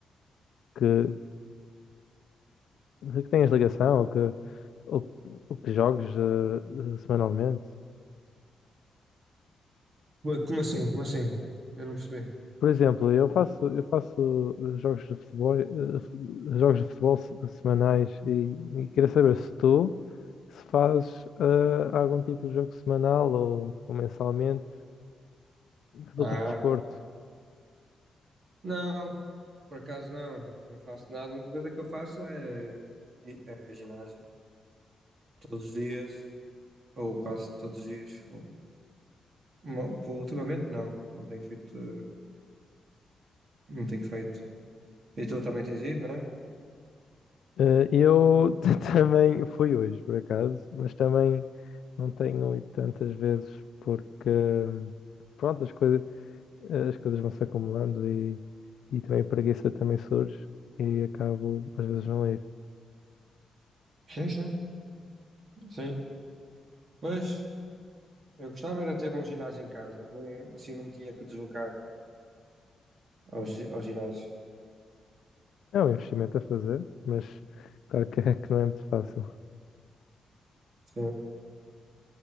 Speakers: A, on the left (about 65°); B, on the right (about 40°).
A: que, que tenhas ligação ou que, ou, ou que jogues eh, semanalmente?
B: Ué, Como assim? Como assim? Eu não percebi.
A: Por exemplo, eu faço, eu faço eh, jogos de futebol, eh, eh, jogos de futebol se- semanais e, e queria saber se tu se fazes eh, algum tipo de jogo semanal ou, ou mensalmente de
B: Ah,
A: outro desporto.
B: não, por acaso não, não faço nada. A única coisa que eu faço é, é é ginásio. Todos os dias, ou quase todos os dias. Ou, uma- ultimamente não, não tenho feito, eh, não tenho feito. E tu também tens ido, não é?
A: Eh, Eu <laughs> também fui hoje, por acaso, mas também não tenho ido tantas vezes porque, pronto, as coisas, as coisas vão se acumulando e, e também a preguiça também surge e acabo às vezes não ir.
B: Sim, sim, sim. Mas eu gostava era ter um ginásio em casa, não, assim não me tinha que deslocar ao, gi- ao ginásio.
A: É um investimento a fazer, mas claro que, é- que não é muito fácil.
B: Sim,